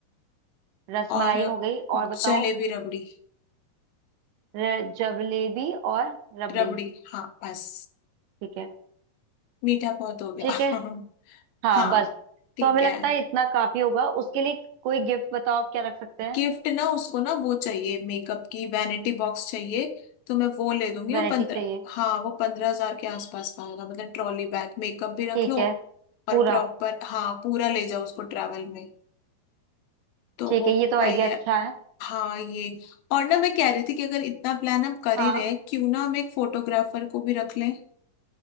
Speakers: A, on the right (about 75°); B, on the left (about 85°).
A: रसमलाई
B: और
A: हो गई और बताओ
B: जलेबी रबड़ी
A: र- जलेबी और रबड़ी
B: रबड़ी हाँ बस
A: ठीक है
B: मीठा बहुत हो गया
A: ठीक है
B: <laughs>
A: हाँ
B: हाँ
A: बस
B: ठीक
A: तो हमें
B: है
A: लगता है इतना काफी होगा उसके लिए कोई गिफ्ट बताओ आप क्या रख सकते हैं
B: गिफ्ट ना उसको ना वो चाहिए मेकअप की वैनिटी बॉक्स चाहिए तो मैं वो ले दूंगी
A: वैरायटी
B: वो पंद्रह
A: चाहिए
B: हाँ वो पंद्रह हजार के आसपास का आएगा मतलब ट्रॉली बैग मेकअप भी रख
A: ठीक
B: लो
A: है
B: और
A: पूरा
B: प्रॉपर हाँ पूरा ले जाओ उसको ट्रैवल में तो
A: ठीक
B: वो
A: है ये तो
B: भाई
A: आइडिया
B: है
A: अच्छा है
B: हाँ ये और ना मैं कह रही थी कि अगर इतना प्लान हम कर
A: हाँ
B: ही रहे हैं क्यों ना हम एक फोटोग्राफर को भी रख लें